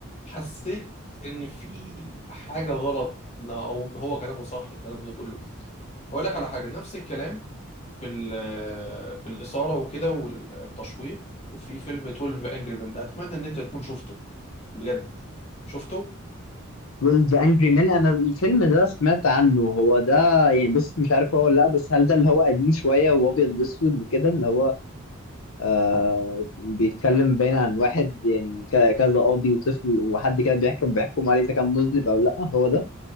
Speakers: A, on the left (about 30°); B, on the left (about 70°).
A: حسيت إن في حاجة غلط إن- أو إن هو كلامه صح الكلام ده كله بقول لك على حاجة نفس الكلام في ال- في الإثارة وكده والتشويق في فيلم 12 انجري مان أتمنى إن أنت تكون شفته بجد شفته
B: 12 Angry Men انا الفيلم ده سمعت عنه هو ده يعني بص مش عارف هو ولا لا بس هل ده اللي هو قديم شوية وابيض واسود وكده اللي هو آه بيتكلم باين عن واحد يعني ك- كذا قاضي وطفل وحد كده بيحكم بيحكم عليه اذا كان مذنب او لا هو ده